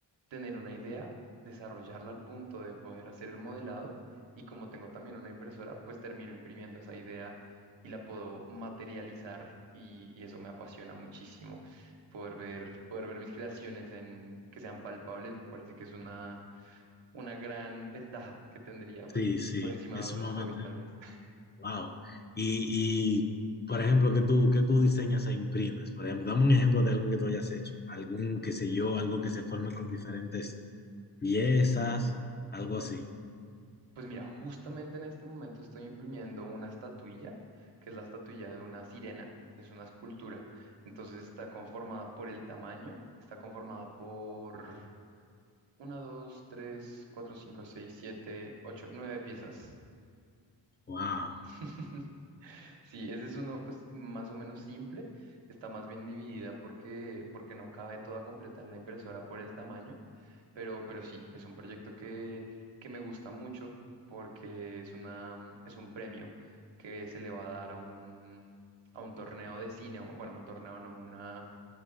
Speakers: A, on the right; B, on the left.
A: tener una idea, desarrollarla al punto de poder hacer el modelado y como tengo también una impresora, pues termino imprimiendo esa idea y la puedo materializar y, y eso me apasiona muchísimo. Poder ver, poder ver mis creaciones en, que sean palpables me parece que es una, una gran ventaja que tendría pues
B: sí, sí,
A: por encima
B: es
A: de otros
B: sumamente,
A: hobbies tal vez.
B: wow. Y, y, por ejemplo, ¿qué tú, qué tú diseñas e imprimes? Por ejemplo, dame un ejemplo de algo que tú hayas hecho. Algún, qué sé yo, algo que se forme con diferentes piezas, algo así.
A: Pues mira, justamente en este momento estoy imprimiendo una estatuilla, que es la estatuilla de una sirena, es una escultura. Entonces está conformada por el tamaño, está conformada por una, 2, 3, 4, 5, 6, 7, 8, 9 piezas.
B: Wow.
A: <laughs> Sí, ese es uno pues más o menos simple, está más bien dividida porque, porque no cabe toda completa en la impresora por el tamaño, pero, pero sí, es un proyecto que, que me gusta mucho porque es una, es un premio que se le va a dar a un, a un torneo de cine, o bueno, un torneo no, una,